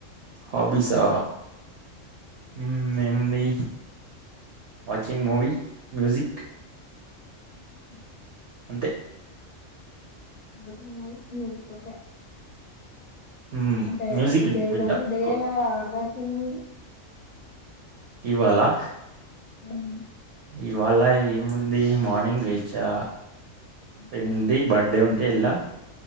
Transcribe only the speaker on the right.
హాబీసా ఊమ్ ఏముంది వాచింగ్ మూవి మ్యూజిక్
అంతే
ఉమ్,
మ్యూజిక్
వింటా
ఎక్కువ
ఇవాళ
ఇవాళ ఏముంది మార్నింగ్ లేచా
ఫ్రెండ్ ది బర్త్డే ఉన్ టే ఎల్లా